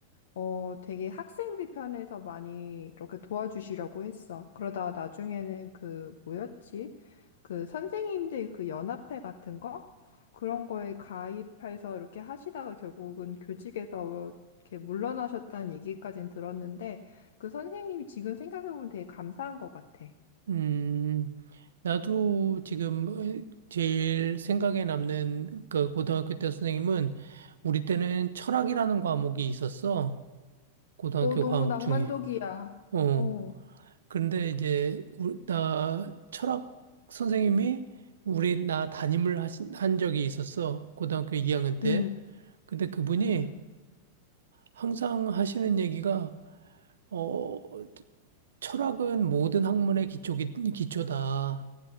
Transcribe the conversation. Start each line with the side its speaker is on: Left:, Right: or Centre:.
Left: 어, 되게 학생들 편에서 많이 이렇게 도와주시려고 했어. 그러다가 나중에는 그, 뭐였지? 그 선생님들 그 연합회 같은 거? 그런 거에 가입해서 이렇게 하시다가 결국은 교직에서 이렇게 물러나셨다는 얘기까지는 들었는데, 그 선생님이 지금 생각해보면 되게 감사한 것 같아.
Right: 음, 나도 지금 어, 제일 생각에 남는 그 고등학교 때 선생님은 우리 때는 철학이라는 과목이 있었어. 고등학교
Left: 어, 너무
Right: 과목
Left: 낭만적이야.
Right: 중에. 어.
Left: 어,
Right: 그런데 이제 우리, 나 철학 선생님이 우리 나 담임을 하신, 한 적이 있었어. 고등학교 2학년 때.
Left: 응
Right: 근데 그분이
Left: 응 응.
Right: 항상 하시는 얘기가 어, 철학은 모든 학문의 기초기, 기초다.